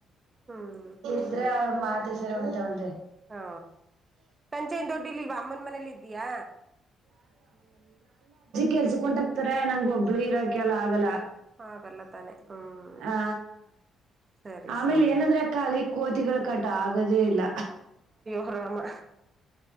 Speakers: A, on the right; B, on the right.
A: ಹ್ಮ್
B: ಎ್ರ ಮಾತ ಸರಗತ್ತ ಒ್ರೆ
A: ಹಾ ಕಂಚೈಿಂದ ದೊಡ್ಡಿಲಿಲ್ವಾ ಅಮ್ಮನ್ ಮನೇಲಿ ಇದಯ
B: ಕೆಲ್ಸಕೊಂಡಟಕ್ತಾರೆ ನಂಗಗೆ ಒಬ್ಬಳು ಇರಕ್ಕೆ ಎಲ್ಲ ಆಗಲ್ಲ
A: ಹ ಕಲ್ಲ ತಾನೆ ಹ್ಮ್
B: ಆ
A: ಸರಿ
B: ಆಮೇಲೆ
A: ಸರಿ
B: ಏನಂದ್ರೆ ಅಲಿ ಕೋತಿಗಳು ಕಟ ಆಗದೇ ಇಲ್ಲ
A: ಹರ ಹ್ಮ್